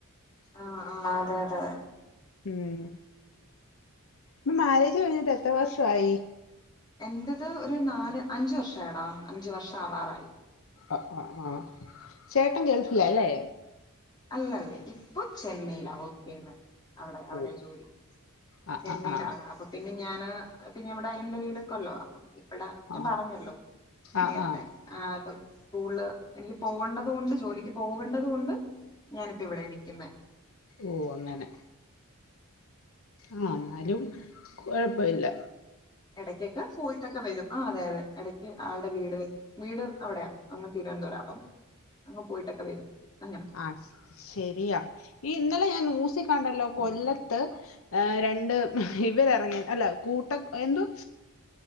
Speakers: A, on the left; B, on the left.
A: ആഹ് ആഹ് അതെ അതെ.
B: ഉം പ്പ മാരേജ് കഴിഞ്ഞിട്ട് എത്ര വർഷവായി.
A: എന്റത് ഒരു നാല് അഞ്ച് വർഷായെടാ അഞ്ച് വർഷ ആവാറായി.
B: അ അ ആഹ് ചേട്ടൻ ഗൾഫില ലേ.
A: അല്ല ല്ല ഇപ്പൊ ചെന്നൈയിലാ വർക്കെയ്യ്ന്നെ. അവിടെ അവിടെ
B: ഓ
A: ജോലി
B: ആ
A: ചെന്നൈയിലാണ്
B: ആ ആ
A: അപം. പിന്നെ ഞാന് പിന്നെവിടെ എന്റെ വീട് കൊല്ലവാ അപ്പ. വട ഞാ
B: ആ
A: പറഞ്ഞല്ലോ
B: ആ
A: നേർത്തെ
B: ആ
A: ആഹ്പ്പം സ്കൂൾല് എനിക്ക് പോവണ്ടത് കൊണ്ട്. ജോലിക്ക് പോവണ്ടത് കൊണ്ട് ഞാനിപ്പ ഇവിടെ നിക്ക്യുന്ന.
B: ഓഹ് അങ്ങന ആഹ് ന്നാലും കൊഴപ്പ ഇല്ല.
A: എടക്ക്യൊക്ക പോയിട്ടൊക്ക വരും ആഹ് അതെ അതെ എട ആൾടെ വീട് വീട് അവിടെയാ അങ്ങ് തിരുവനന്തപുരം അപ്പം. അങ്ങ് പോയിട്ടൊക്കെ വരും അങ്ങന.
B: ആഹ് ശ് ശരിയാ ഈ ഇന്നലെ ഞാ നൂസി കണ്ടല്ലോ കൊല്ലത്ത്. ഏഹ് രണ്ട് ഇവരെറങ്ങി അല്ല കൂട്ട എന്തോ.